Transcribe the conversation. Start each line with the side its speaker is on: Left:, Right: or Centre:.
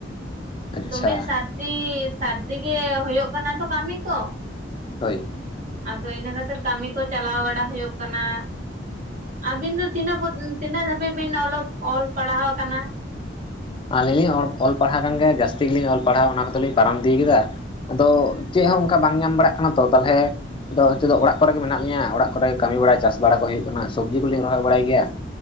Left: ᱟᱪᱪᱷᱟ
Right: ᱫᱚᱢᱮ ᱥᱟᱹᱨᱫᱤ ᱥᱟᱹᱨᱫᱤ ᱜᱮ ᱦᱳᱭᱳᱜ ᱠᱟᱱᱟ ᱛᱚ ᱠᱟᱢᱤ ᱠᱚ,
Left: ᱦᱳᱭ᱾
Right: ᱟᱫᱚ ᱤᱱᱟᱹ ᱠᱷᱟᱛᱤᱨ ᱠᱟᱢᱤ ᱠᱚ ᱪᱟᱞᱟᱣ ᱵᱟᱲᱟ ᱦᱩᱭᱩᱜ ᱠᱟᱱᱟ᱾ ᱟᱵᱤᱱ ᱫᱚ ᱛᱤᱱᱟᱹᱜ ᱠᱚᱛ ᱛᱤᱱᱟᱹᱜ ᱫᱷᱟᱹᱵᱤᱡ ᱵᱤᱱ ᱚᱞᱚᱜ ᱚᱞ ᱯᱟᱲᱦᱟᱣ ᱠᱟᱱᱟ?
Left: ᱟᱞᱤᱧ ᱞᱤᱧ ᱚᱲ ᱚᱞ ᱯᱟᱲᱦᱟᱣ ᱠᱟᱱ ᱜᱮᱭᱟ ᱡᱟᱹᱥᱛᱤ ᱜᱮᱞᱤᱧ ᱚᱞ ᱯᱟᱲᱦᱟᱣ ᱚᱱᱟ ᱠᱚᱫᱚ ᱞᱤᱧ ᱯᱟᱨᱚᱢ ᱤᱫᱤᱭ ᱠᱟᱫᱟ᱾ ᱟᱫᱚ
Right: ᱦᱩᱸ
Left: ᱪᱮᱜ ᱦᱚᱸ ᱚᱝᱠᱟ ᱵᱟᱝ ᱧᱟᱢ ᱵᱟᱲᱟᱜ ᱠᱟᱱᱟ, ᱛᱚ ᱛᱟᱞᱦᱮ ᱟᱫᱚ ᱦᱤᱸᱛᱩᱜ ᱫᱚ
Right: ᱦᱩᱸ
Left: ᱚᱲᱟᱜ ᱠᱚᱨᱮ ᱜᱮ ᱢᱮᱱᱟᱜ ᱞᱤᱧᱟ ᱚᱲᱟᱜᱼᱼ ᱠᱚᱨᱮ‌ ᱜᱮ‌ ᱠᱟᱢᱤ ᱵᱟᱲᱟ ᱪᱟᱥ ᱵᱟᱲᱟ ᱠᱚ ᱦᱩᱭᱩᱜ ᱠᱟᱱᱟ, ᱥᱩᱵᱽᱡᱤ ᱠᱚᱞᱤᱧ ᱨᱚᱦᱚᱭ ᱵᱟᱲᱟᱭ ᱜᱮᱭᱟ᱾